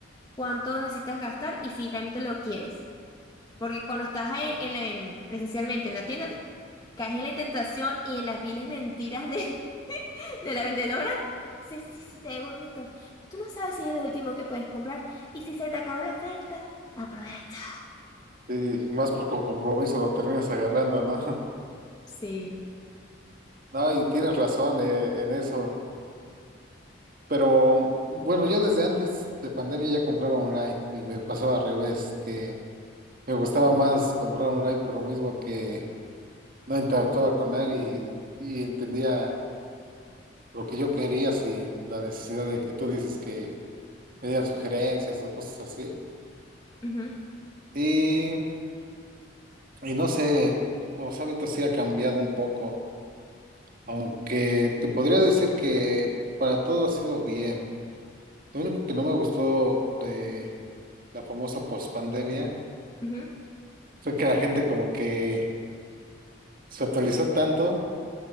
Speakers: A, on the left (about 20°); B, on the right (about 45°).
A: cuánto necesitas gastar y si realmente lo quieres. Porque cuando estás ahí en la- en- presencialmente en la tienda, caes en la tentación y en las viles mentiras de, <laughs> de la vendedora. Sí, sí, sí, te ve bonito. Tú no sabes si es el último que puedes comprar y si se te acabó la oferta, aprovecha.
B: Y más por con compromiso lo terminas agarrando, ¿no? <laughs>
A: Sí.
B: No, y tienes razón eh, en eso. Pero bueno, yo desde antes de pandemia ya compraba online y me pasaba al revés, que me gustaba más comprar online por lo mismo que no interactuaba con nadie y, y entendía lo que yo quería sin la necesidad de que tú dices que me dieran sugerencias o cosas así.
A: Ujú,
B: Y, y no sé, los hábitos sí ha cambiado un poco. Aunque te podría decir que para todo ha sido bien. Lo único que no me gustó de la famosa pospandemia
A: ujú. <laughs>
B: fue que la gente como que se actualizó tanto